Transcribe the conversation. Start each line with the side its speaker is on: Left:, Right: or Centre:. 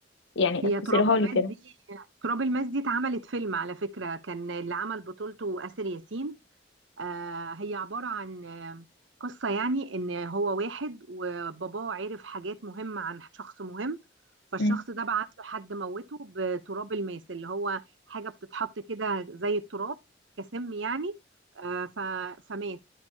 Left: يعني
Right: هي
Left: اختصرها
Right: تراب الماس
Left: لي كده
Right: دي تراب الماس دي اتعملت فيلم على فكرة كان اللي عمل بطولته آسر ياسين آه، هي عبارة عن آه، قصة يعني إن هو واحد وباباه عرف حاجات مهمة عن شخص مهم فالشخص
Left: مم.
Right: ده بعت له حد موته بتراب الماس اللي هو حاجة بتتحط كده زي التراب كسم يعني آه، ف- فمات